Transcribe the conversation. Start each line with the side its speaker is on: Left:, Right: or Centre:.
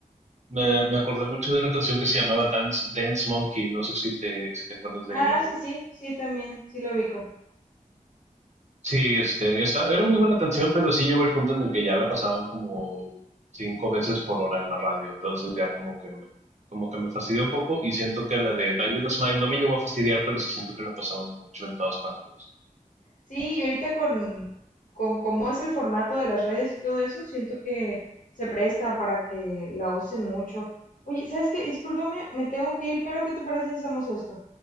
Right: Me, me acordé mucho de una canción que se llamaba Dance, Dance Monkey, no sé si te, si te acuerdas de
Left: Ah,
Right: ella.
Left: sí, sí, sí, también, sí lo ubico.
Right: Sí, este, esta era muy buena canción, pero sí llegó el punto en el que ya la pasaban como cinco veces por hora en la radio, entonces ya como que me, como que me fastidió un poco y siento que la de Die With a Smile no me llegó a fastidiar, pero sí siento que la pasaban mucho en todas partes.
Left: Sí, y ahorita con, con cómo es el formato de las redes y todo eso, siento que se presta para que la usen mucho. Oye, ¿sabes qué? Discúlpame, me tengo que ir, pero ¿qué te parece si hacemos esto?